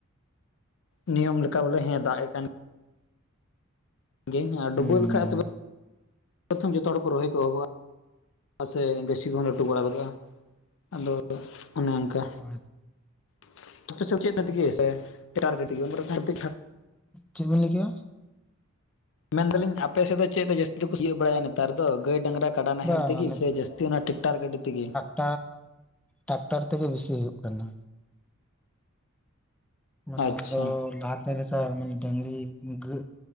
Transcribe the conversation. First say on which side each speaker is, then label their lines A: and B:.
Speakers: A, on the left; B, in the centre.
A: ᱱᱤᱭᱚᱢ ᱞᱮᱠᱟ ᱵᱚᱞᱮ ᱦᱮᱸ ᱫᱟᱜ ᱮ ᱠᱟᱱᱼᱼ ᱡᱮ ᱟᱨ
B: ᱦᱩᱸ
A: ᱰᱩᱵᱟᱹ ᱞᱮᱠᱷᱟᱡ ᱛᱚᱵᱮ ᱯᱨᱚᱛᱷᱚᱢ ᱡᱚᱛᱚ ᱦᱚᱲ ᱠᱚ ᱨᱚᱦᱚᱭ ᱠᱚᱦᱚᱵᱚᱜᱼᱟ᱾ ᱢᱟᱥᱮ ᱜᱟᱹᱪᱷᱤ ᱠᱚᱦᱚᱸ ᱞᱟᱹᱴᱩ ᱵᱟᱲᱟ ᱜᱚᱜᱼᱟ ᱟᱫᱚ ᱚᱱᱮ ᱚᱱᱠᱟ᱾
B: ᱦᱳᱭ
A: <unintelligible>
B: ᱪᱮᱫᱵᱤᱱ ᱞᱮᱠᱭᱟ?
A: ᱢᱮᱱᱫᱟᱞᱤᱧ ᱟᱯᱮ ᱥᱮᱫ ᱫᱚ ᱪᱮᱫ ᱫᱚ ᱡᱟᱹᱥᱛᱤ ᱫᱚᱠᱚ ᱥᱤᱭᱳ ᱵᱟᱲᱟ ᱱᱮᱛᱟᱨ ᱫᱚ ᱜᱟᱹᱭ ᱰᱟᱝᱼᱨᱟᱼᱼ ᱠᱟᱰᱟ ᱱᱟᱦᱮᱞ
B: ᱵᱟᱝ
A: ᱛᱮᱜᱮ ᱥᱮ ᱡᱟᱹᱥᱛᱤ ᱚᱱᱟ ᱴᱮᱤᱠᱴᱟᱨ ᱜᱟᱹᱰᱤ ᱛᱮᱜᱮ?
B: ᱟᱨ ᱴᱟᱠᱴᱟᱨ ᱛᱮᱜᱮ ᱵᱮᱥᱤ ᱦᱩᱭᱩᱜᱜ ᱠᱟᱱᱟ᱾ ᱢᱟᱱᱮ
A: ᱟᱪᱪᱷᱟ
B: ᱟᱫᱚ ᱞᱟᱦᱟᱛᱮ ᱨᱮ ᱚᱝᱠᱟ ᱢᱟᱱᱮ ᱰᱟᱝᱨᱤ, ᱜᱟᱹ